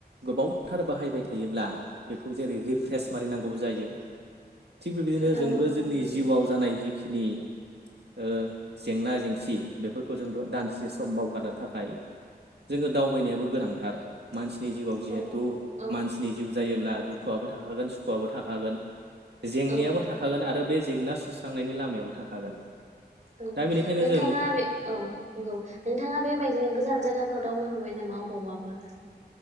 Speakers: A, on the right (about 75°); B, on the right (about 45°).
A: गोबावथार बाहायबाय थायोब्ला बेखौ जेरै रिफ्रेस मारिनांगौ जायो। थिग बेबायदिनो
B: औ
A: जोंबो
B: नंगौ
A: जोंनि
B: नोंथां
A: जिउआव जानाय जिखिनि ओ जेंना जेंसि बेफोरखौ जोंथ' दान्दिसे सम बावगारनो थाखाय जोङो दावबायनायाबो गोनां थार मानसिनि जिउआव जिहेथु
B: औ औ
A: मानसिनि जिउ जायोब्ला दुखुआ बो थाखागोन सुखुआबो थाखागोन जेंनायाबो
B: औ
A: थाखागोन आरो बे जेंना सुस्रांनायनि लामायाबो थाखागोन।
B: ओं
A: दा बेनिखायनो
B: नोंथाङा
A: जों
B: बे औ नंगौ नोंथाङा बेबायदिनो गोजान जायगाफोराव दावबायफेरबाय नामा? बबावबाफोर?